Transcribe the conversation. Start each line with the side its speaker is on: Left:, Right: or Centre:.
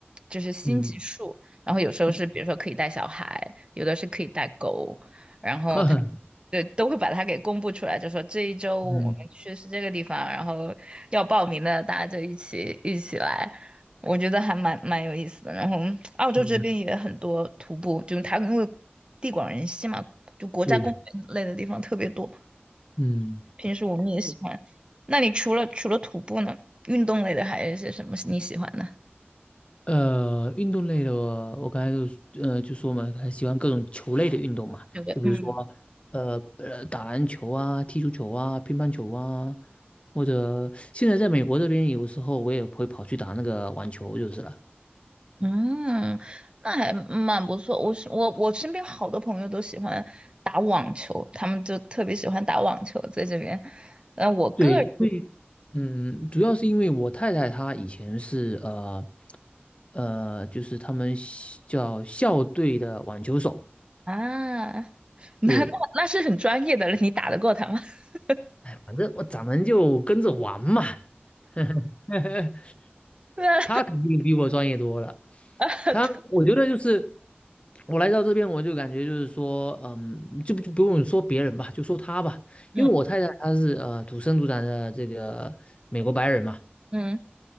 Right: 就是星级数。
Left: 嗯
Right: 然后有时候是比如说可以带小孩，
Left: 嗯，
Right: 有的是可以带狗，然后他们
Left: <laughs>
Right: 都会把它给公布出来，就说这一周我们去是这个地方，
Left: 嗯，
Right: 然后要报名的大家就一起一起来，我觉得还蛮蛮有意思的。然后澳洲这边也很多徒步，
Left: 嗯，
Right: 就是它因为地广人稀嘛，就国家公园类的地方特别多，
Left: 对，嗯。
Right: 平时我们也喜欢。那你除了除了徒步呢，运动类的还有一些什么你喜欢的？
Left: 呃，运动类的我，我刚才就呃就说嘛，很喜欢各种球类的运动嘛，
Right: 有的。
Left: 就比如说
Right: 嗯
Left: 呃呃打篮球啊、踢足球啊、乒乓球啊，或者现在在美国这边，有时候我也会跑去打那个网球就是了。
Right: 嗯，那还蛮不错。我是我我身边好多朋友都喜欢打网球，他们就特别喜欢打网球在这边。呃，我个人
Left: 对，因为嗯，主要是因为我太太她以前是呃呃，就是他们西叫校队的网球手，
Right: 啊，<laughs> 那那那是很专业的了，
Left: 对，
Right: 你打得过他吗？<laughs>
Left: 反正我咱们就跟着玩嘛，<laughs>
Right: 对啊
Left: 她肯定比我专业多了。
Right: 对
Left: 他，我觉得就是我来到这边，我就感觉就是说，嗯，就就不用说别人吧，就说他吧，
Right: 嗯
Left: 因为我太太她是呃土生土长的这个美国白人嘛，
Right: 嗯，